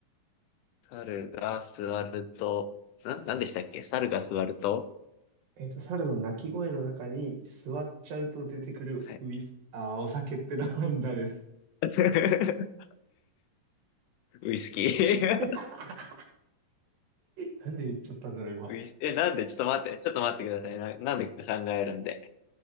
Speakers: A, on the left (about 80°); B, on the right (about 85°).
A: 猿が座ると、な、なんでしたっけ猿が座ると、
B: えっと、猿の鳴き声の中に座っちゃうと出てくるウイス、
A: はい。
B: あー、お酒ってなんだです。
A: <laughs> ウイスキー。
B: <laughs> なんで言っちゃったんだろう、
A: <laughs>
B: 今。
A: ウイス、え、なんでちょっと待って、ちょっと待ってください。な、なんでか考えるんで。